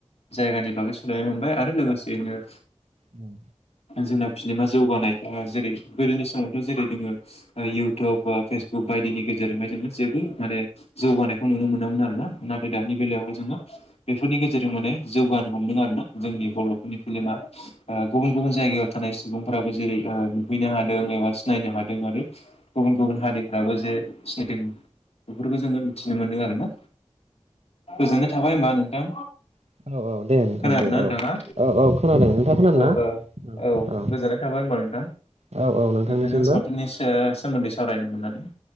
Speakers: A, on the left; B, on the right.
A: जायगानि बागै सोलायनाय मोनबाय आरो लोगोसेयैनो
B: उम
A: जोंना फिनेमा जौगानाय ओ जेरै गोदोनि समावथ' जेरै दोङो ओ इउटुब बा फेसबुक बायदिनि गेजेरजोंहाय जोङो जेबो माने जौगानाय खौ नुनो मोनामोन आरोना नाथाय दानि बेलायावहाय जोङो बेफोरनि गेजेरजों माने जौगानो हमदों आरो ना जोंनि बर'फोरनि फिलेमा ओ गुबुन-गुबुन जायगायाव थानाय सुबुंफोराब जेरै नुहैनो हादों एबा सिनायनो हादों आरो गुबुन-गुबुन हारिफ्राबो जे सनेटेल बेफोरखौ जोङो मिथिनो मोन्दों आरोना। गोजोननाय थाबाय होमबा नोंथां।
B: औ औ औ दे नोंथां
A: खोनादोना
B: दे
A: नोंथाङा
B: औ औ औ खोनादों नोंथाङा खोनादों
A: ओ
B: ना
A: ओ औ
B: औ
A: गोजोननाय थाबाय होमबा नोंथां
B: औ औ नोंथांनिसिमबो
A: नोंथांजों सावथुननि स सोमोन्दै सावरायनो मोननानै।